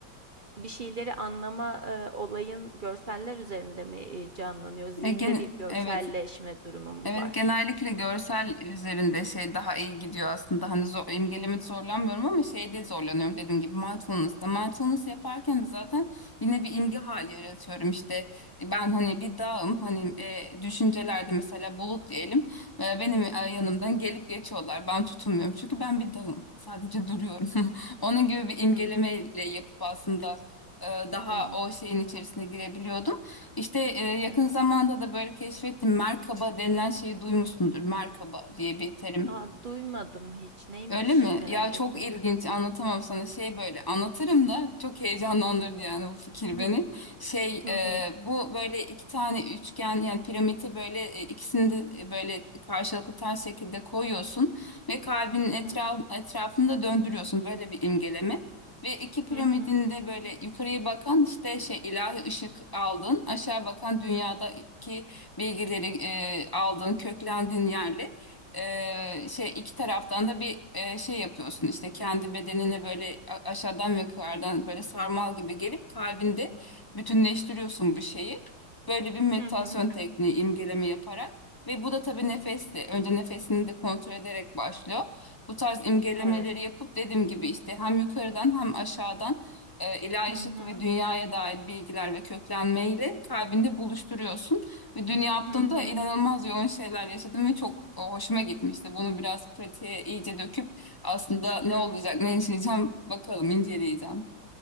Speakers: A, on the right (about 60°); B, on the left (about 35°).
A: bir şeyleri anlama, eee, olayın görseller üzerinde mi, eee, canlanıyor? Zihinde
B: E, gene
A: bir görselleşme
B: evet.
A: durumu mu
B: Evet
A: var?
B: genellikle görsel üzerinde şey daha iyi gidiyor aslında. Hani zor, imgelemede zorlanmıyorum ama şeyde zorlanıyorum dediğim gibi mindfulness'ta. Mindfulness yaparken de zaten yine bir imge hali yaratıyorum işte. Ben hani bir dağım hani e, düşüncelerde mesela bulut diyelim. E, benim e, yanımdan gelip geçiyorlar. Ben tutunmuyorum çünkü ben bir dağım. Sadece duruyorum. <laughs> Onun gibi bir imgelemeyle
A: Hımm.
B: yapıp aslında e, daha
A: Hımm.
B: o şeyin içerisine girebiliyordum. İşte e, yakın
A: Evet.
B: zamanda da böyle keşfettim. Merkaba denilen şeyi duymuşsundur. Merkaba diye bir terim.
A: A, duymadım hiç. Neymiş?
B: Öyle mi?
A: Merak
B: Ya çok
A: ettim.
B: ilginç anlatamam sana şey böyle anlatırım da çok heyecanlandırdı yani bu fikir
A: <laughs>
B: beni. Şey
A: Hı
B: e,
A: hı.
B: bu böyle iki tane üçgen yani piramidi böyle e, ikisini de e, böyle karşılıklı ters şekilde koyuyorsun ve kalbin
A: Hı hı.
B: etraf, etrafında döndürüyorsun böyle bir imgeleme. Ve iki piramidin
A: Hı hı.
B: de böyle yukarıya bakan işte şey ilahi ışık aldın aşağı bakan dünyadaki bilgileri e, aldın köklendin yerle e, şey iki taraftan da bir e, şey yapıyorsun işte kendi bedenine böyle a- aşağıdan ve yukarıdan böyle sarmal gibi gelip kalbinde bütünleştiriyorsun bu şeyi. Böyle bir meditasyon
A: Hı hı.
B: tekniği imgeleme yaparak ve bu da tabii nefesli. Önce nefesini de kontrol ederek başlıyor. Bu tarz imgelemeleri
A: Evet.
B: yapıp dediğim gibi işte hem yukarıdan hem aşağıdan e, ilahi
A: Hı hı.
B: ışık ve dünyaya dair bilgiler ve köklenmeyle kalbinde buluşturuyorsun. Ve dün yaptığımda
A: Hı hı.
B: inanılmaz yoğun şeyler yaşadım ve çok o, hoşuma gitmişti. Bunu biraz pratiğe iyice döküp aslında ne
A: Hı.
B: olacak, ne yaşayacağım bakalım, inceleyeceğim.